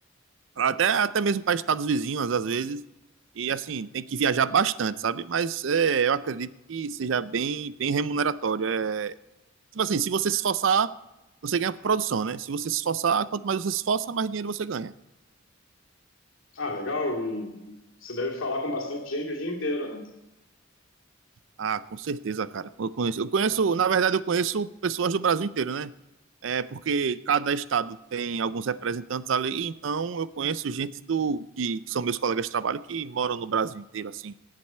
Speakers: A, on the right; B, on the left.
A: até, até mesmo para estados vizinhos, às vezes. E assim, tem que viajar bastante, sabe? Mas é, eu acredito que seja bem, bem remuneratório. É, tipo assim, se você se esforçar, você ganha por produção, né? Se você se esforçar, quanto mais você se esforça, mais dinheiro você ganha.
B: Ah, legal, e você deve falar com bastante gente o dia inteiro, né?
A: Ah, com certeza, cara. Eu conheço, eu conheço, na verdade, eu conheço pessoas do Brasil inteiro, né? É porque cada estado tem alguns representantes ali, então eu conheço gente do que, que são meus colegas de trabalho que moram no Brasil inteiro, assim.